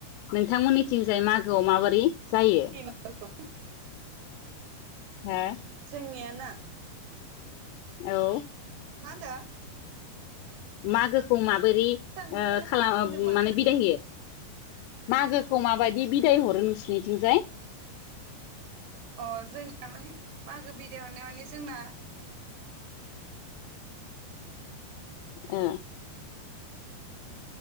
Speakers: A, on the left (about 80°); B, on the right (about 75°).
A: नोंथांमोननिथिंजाय मागो औ माबोरै जायो
B: बिमाफोरखौ
A: हा
B: जोंनिया ना
A: औ
B: मा होनदों
A: मागोखौ माबा बोरै
B: मोजां
A: ओ
B: खोना
A: खालाम
B: होनदोंमोन
A: माने बिदाय होयो मागोखौ माबायदि बिदाय हरो नोंसिनिथिंजाय
B: अ जोंना माने मागो बिदायहरनाया माने जोंना
A: ओ